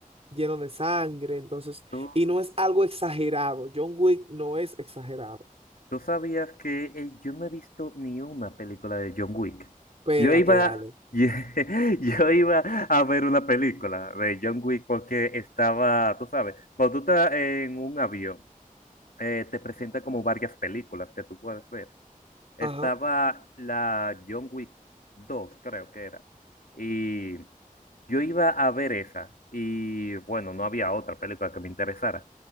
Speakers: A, on the right (about 45°); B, on the left (about 85°).
A: lleno de sangre, entonces,
B: ¿Tú,
A: y no es algo exagerado. John Wick no es exagerado.
B: Tú sabías que eh, yo no he visto ni una película de John Wick.
A: Espérate,
B: Yo iba,
A: Ale.
B: <laughs> yo, iba a ver una película de John Wick porque estaba, tú sabes, cuando tú estás en un avión, eh, te presenta como varias películas que tú puedes ver. Estaba
A: Ajá.
B: la John Wick dos, creo que era. Y yo iba a ver esa. Y bueno, no había otra película que me interesara.